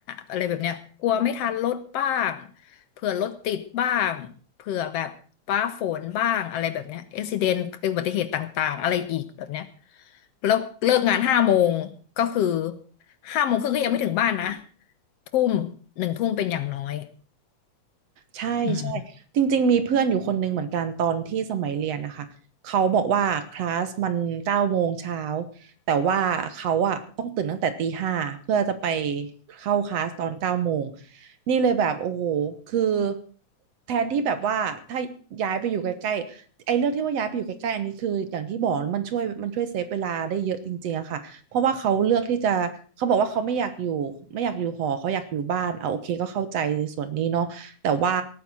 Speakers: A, on the left; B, on the right.
A: อะไรแบบเนี้ยกลัวไม่ทันรถบ้างเผื่อรถติดบ้างเผื่อแบบฟ้าฝนบ้างอะไรแบบเนี้ยอุบิเหตุอุบัติเหตุต่างๆอะไรอีกแบบเนี้ยแล้วเลิกงานห้าโมงก็คือห้าโมงครึ่งก็ยังไม่ถึงบ้านนะทุ่มหนึ่งทุ่มเป็นอย่างน้อย
B: ใช่ใช่จริงๆมีเพื่อนอยู่คนหนึ่งเหมือนกันตอนที่สมัยเรียนนะคะเขาบอกว่าคลาสมันเก้าโมงเช้า
A: อืม
B: แต่ว่าเขาอะต้องตื่นตั้งแต่ตีห้าเพื่อจะไปเข้าคลาสตอนเก้าโมงนี่เลยแบบโอ้โหคือแทนที่แบบว่าถ้าย้ายไปอยู่ใกล้ๆไอ้เรื่องที่ว่าย้ายไปอยู่ใกล้ๆอันนี้คืออย่างที่บอกมันช่วยมันช่วยเซฟเวลาได้เยอะจริงๆอะค่ะเพราะว่าเขาเลือกที่จะเขาบอกว่าเขาไม่อยากอยู่ไม่อยากอยู่หอเขาอยากอยู่บ้านเอาโอเคก็เข้าใจในส่วนนี้เนาะ แต่ว่า